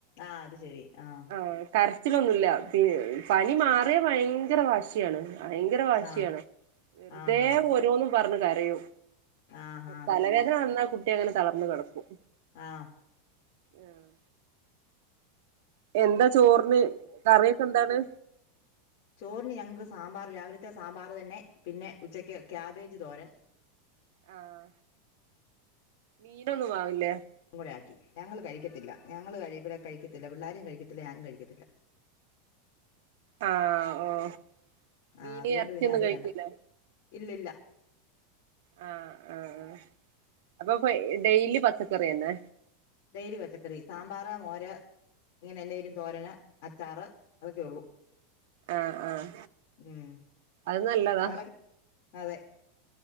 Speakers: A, on the left; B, on the right.
A: ആഹ അത് ശരി ആഹ.
B: ആ കരച്ചിലൊന്നുമില്ല പനി മാറിയ ഭയങ്കര വാശിയാണ് ഭയങ്കര വാശിയാണ്
A: ആ
B: വെറുതെ
A: ആ ഹാ
B: ഓരോന്നും പറഞ്ഞ് കരയും.
A: ആ ഹാ
B: തലവേദന വന്നാ കുട്ടി അങ്ങനെ തളർന്നു കിടക്കും.
A: ആഹ്.
B: ആഹ്. എന്താ ചോറിന് കറിയൊക്കെ എന്താണ്.
A: ചോറിന് ഞങ്ങൾക്ക് സാമ്പാർ രാവിലത്തെ സാമ്പാർ തന്നെ പിന്നെ ഉച്ചയ്ക്ക് ക്യാബേജ് തോരൻ.
B: ആഹ മീനൊന്നും വാങ്ങിയില്ലേ.
A: കൂടെ ആക്കി ഞങ്ങൾ കഴിക്കത്തില്ല ഞങ്ങൾ ഇവിടെ കഴിക്കത്തില്ല പിള്ളാരും കഴിക്കത്തില്ല ഞാനും കഴിക്കത്തില്ല.
B: ആഹ ഓ മീനു
A: ആ അതുകൊണ്ട്
B: ഇറച്ചിയൊന്നും
A: പിന്നെ അത്
B: കഴിക്കില്ലേ.
A: വേണ്ട ഇല്ലില്ല
B: ആ ആഹ് ആ അപ്പൊ ഡെയിലി പച്ചക്കറിത്തന്നെ
A: ഡെയിലി പച്ചക്കറി സാമ്പാർ മോര് ഇങ്ങനെ എന്തെങ്കിലും തോരന് അച്ചാറ് അതൊക്കെ ഉള്ളൂ
B: ആഹ് ആഹ്
A: ഉം
B: അത് നല്ലതാ
A: അവിടെ അതെ